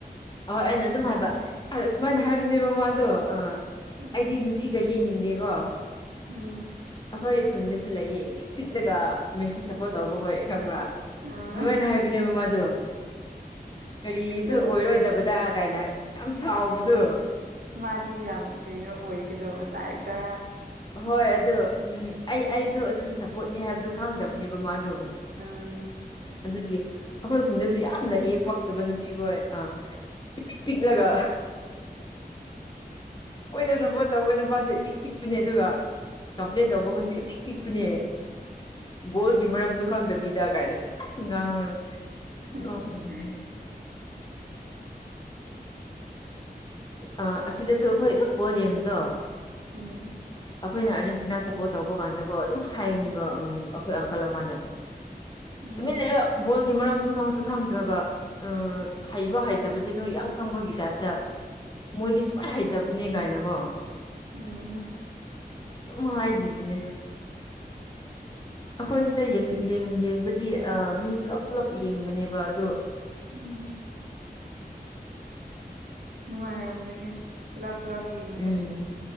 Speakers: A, on the left; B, on the right.
A: ꯑꯩꯅ ꯑꯗꯨꯝ ꯍꯥꯏꯕ ꯑ ꯑꯁꯨꯃꯥꯏꯅ ꯍꯥꯏꯕꯅꯦꯕ ꯃꯥꯗꯣ ꯑ
B: ꯎꯝ
A: ꯑꯩꯗꯤ ꯅꯨꯄꯤꯒ ꯌꯦꯡꯅꯤꯡꯗꯦꯀꯣ
B: ꯎꯝ
A: ꯑꯩꯈꯣꯏ ꯈꯨꯟꯗꯁꯨ ꯂꯩꯌꯦ ꯏꯄꯤꯛ ꯄꯤꯛꯂꯒ ꯃꯦꯁꯤ ꯁꯞꯄꯣꯔꯠ ꯇꯧꯕ ꯍꯣꯢ ꯈꯪꯕ꯭ꯔꯥ
B: ꯑꯥ
A: ꯑꯗꯨꯃꯥꯏꯅ ꯍꯥꯏꯕꯅꯦꯕ ꯃꯥꯗꯣ ꯀꯔꯤꯁꯨ
B: ꯌꯥꯝ
A: ꯑꯣꯏꯔꯣꯏꯗꯕꯗ ꯀꯥꯏꯅ ꯌꯥꯝ ꯁꯥꯎꯕꯗꯣ
B: ꯑꯁ ꯃꯥꯗꯤ ꯌꯥꯝ ꯀꯩꯅꯣ ꯑꯣꯏꯒꯗꯕ ꯇꯥꯏꯞꯇ
A: ꯍꯣꯏ ꯑꯗꯨ ꯎꯝ ꯑꯩ ꯑꯩꯗꯣ ꯑꯗꯨꯒꯤ ꯁꯄꯣꯠꯅꯦ ꯍꯥꯏꯕꯗꯨ ꯈꯪꯗꯕꯅꯦꯕ ꯃꯥꯗꯣ
B: ꯎꯝ
A: ꯑꯗꯨꯒꯤ ꯑꯈꯣꯏ ꯈꯨꯟꯗꯁꯨ ꯌꯥꯝ ꯂꯩꯌꯦ ꯄꯛꯇꯕ ꯅꯨꯄꯤ ꯍꯣꯏ ꯑ ꯢꯄꯤꯛ ꯄꯤꯛꯂꯒ ꯃꯣꯏꯅ ꯁꯄꯣꯔꯠ ꯇꯧꯕ ꯅꯨꯄꯥꯁꯨ ꯏꯄꯤꯛ ꯄꯤꯛꯄꯅꯦ ꯑꯗꯨꯒ ꯀꯝꯄ꯭ꯂꯦꯟ ꯇꯧꯕ ꯈꯣꯏꯁꯨ ꯏꯄꯤꯛ ꯄꯤꯛꯄꯅꯦ ꯕꯣꯜꯒꯤ ꯃꯔꯝꯁꯨ ꯈꯪꯗꯕꯤꯗ ꯀꯥꯏꯅ ꯑꯁ ꯉꯥꯡꯔ
B: ꯎꯝ
A: ꯅꯣꯛꯅꯤꯡꯉꯦ ꯑ ꯑꯁꯤꯗꯁꯨ ꯑꯩꯈꯣꯏ ꯑꯗꯨꯝ ꯕꯣꯜ ꯌꯦꯡꯕꯗꯣ
B: ꯎꯝ
A: ꯑꯈꯣꯏꯅ ꯑꯥꯔꯖꯦꯟꯇꯤꯅꯥ ꯁꯄꯣꯠ ꯇꯧꯕ ꯀꯥꯟꯗꯀꯣ ꯑꯗꯨꯝ ꯍꯥꯏꯒꯅꯤꯕ ꯎꯝ ꯑꯈꯣꯏ ꯑꯪꯀꯜ ꯑꯃꯅ
B: ꯎꯝ
A: ꯇꯨꯃꯤꯟ ꯂꯩꯌꯣ ꯕꯣꯜꯒꯤ ꯃꯔꯝꯁꯨ ꯈꯪꯁꯨ ꯈꯪꯗ꯭ꯔꯒ ꯑ ꯍꯩꯕ ꯍꯩꯇꯕꯁꯤ ꯁꯦ ꯅꯣꯏ ꯌꯥꯝ ꯈꯪꯕꯒꯤ ꯇꯥꯏꯞꯇ ꯃꯣꯏꯗꯤ ꯁꯨꯄꯥꯏ ꯍꯩꯇꯕꯅꯦ ꯀꯥꯏꯅꯀꯣ
B: ꯎꯝ
A: ꯑꯗꯨꯝ ꯍꯥꯏꯕꯤꯕꯅꯦ ꯑꯩꯈꯣꯏ ꯁꯤꯗ ꯌꯦꯡ ꯌꯦꯡ ꯌꯦꯡꯕꯗꯤ ꯃꯤ ꯄꯨꯂꯞ ꯄꯨꯂꯞ ꯌꯦꯡꯕꯅꯦꯕ ꯑꯗꯣ
B: ꯎꯝ ꯅꯨꯡꯉꯥꯏꯔꯝꯒꯅꯤ ꯄꯨꯂꯞ ꯄꯨꯂꯞ ꯌꯦꯡꯕꯗꯣ
A: ꯎꯝ